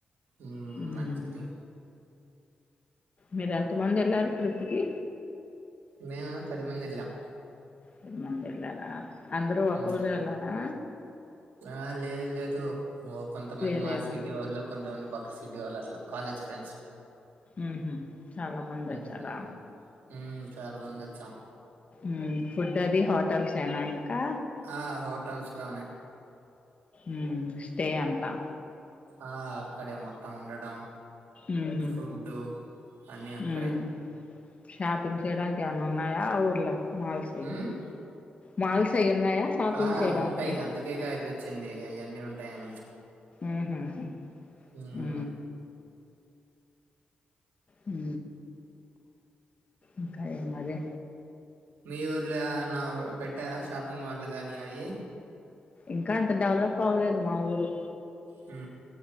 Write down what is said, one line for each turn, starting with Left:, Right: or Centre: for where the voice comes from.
Right: ఉ
Left: మ్మ్
Right: మంచిది
Left: మీరు ఎంత మంది వెళ్ళారు ట్రిప్కి
Right: మేమ పదిమంది వెళ్ళాం
Left: పది మంది ఎలారా అందరూ ఒక్క
Right: ఉమ్,
Left: ఊరి వాళ్లేనా
Right: ఆ లే లేదు కొంతమంది
Left: వేరే
Right: మా
Left: ఎవరు
Right: సిటీ వాళ్ళు కొంతమంది పక్క సిటీ వాళ్ళు అట్లా కాలేజ్ ఫ్రెండ్స్
Left: ఉ హు చాలా మంది
Right: ఉమ్
Left: వచ్చారా
Right: ఉమ్ చాలా మంది వచ్చాం
Left: ఉ ఫుడ్ అది హోటల్స్ ఎన ఇంకా
Right: ఆ హోటల్స్ లోనే
Left: ఉ స్టే అంతా
Right: ఆ అక్కడే మొత్తం ఉండడం
Left: మ్మ్ హ్మ్
Right: ఫుడ్డు అన్నీ అక్కడే
Left: మ్మ్ షాపింగ్ చేయడానికి ఏమన్న ఉన్నాయా ఆ ఊర్లా మాల్స్ అవి
Right: ఉమ్
Left: మాల్స్ అయి ఉన్నాయా షాపింగ్
Right: ఆ
Left: చేయడానికి
Right: ఉంటాయి అందుకేగా ఎల్ళొచ్చింది అయన్నీ ఉంటాయని
Left: ఉహ్ హు
Right: ఉమ్
Left: ఉ ఉ ఇంకా ఎం మరి
Right: మీ ఊర్లో ఎవన్న పెట్టారా షాపింగ్ మాల్ గాని అవి
Left: ఇంకా అంత డెవలప్ అవ్వలేదు మా ఊరు
Right: ఉ